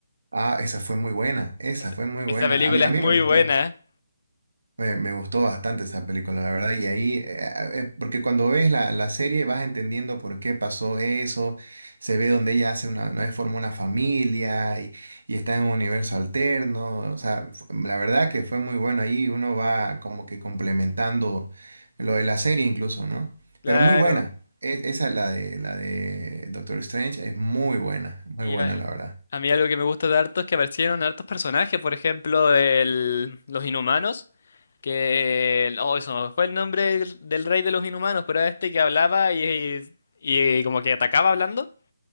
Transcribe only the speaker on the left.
Es-
esa película
es
muy
buena,
claro.
Ah,
Y
al-
claro.
a mí algo que me gusta de harto es que aparecieron hartos personajes, por ejemplo, el- los Inhumanos, que, el- oh, eso no fue el nombre del, del rey de los Inhumanos, pero era este que hablaba y, y y como que atacaba hablando,